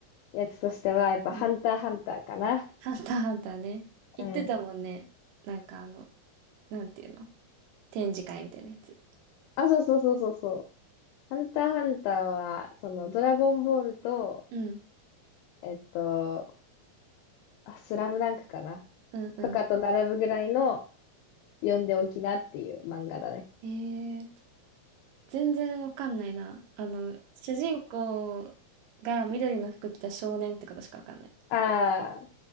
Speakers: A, on the left; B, on the right.
A: やつとしては、やっぱハンターハンターかな。
B: うんハンターハンターね。言ってたもんね。
A: うん。
B: なんかあの、なんていうの展示会みたいなやつ。
A: あ、そうそうそうそうそう。ハンターハンターは、その、ドラゴンボールと、
B: うん。
A: えっと、あスラムダンクかな。
B: うんうん。
A: とかと並ぶぐらいの、読んでおきなっていう漫画だね。
B: えー全然わかんないな。あの、主人公が緑の服着た少年ってことしかわかんない。
A: ああ、